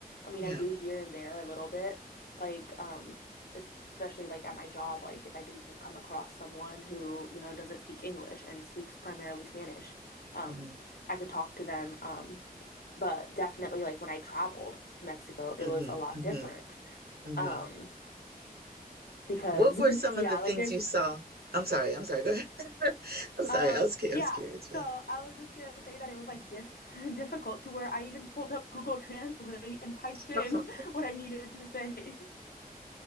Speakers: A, on the left; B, on the right.
A: I mean,
B: Yeah.
A: I do here and there a little bit, like um especially like at my job, like if I do come across someone who, you know, doesn't speak English and speaks primarily Spanish, um
B: hmm
A: I could talk to them um but definitely like when I traveled to Mexico, it
B: hmm
A: was a lot
B: hmm
A: different.
B: hmm
A: Um, because
B: What were
A: <laughs>
B: some
A: yeah,
B: of the things
A: like there's
B: you saw? I'm sorry. I'm sorry. Go ahead. <laughs> I'm sorry.
A: um
B: I was, cu-
A: yeah.
B: I was curious.
A: So I was just gonna say that it was like diff <laughs> difficult to where I even pulled up Google Translate and typed in
B: Yeah. <laughs>
A: <laughs> what I needed to say. <laughs>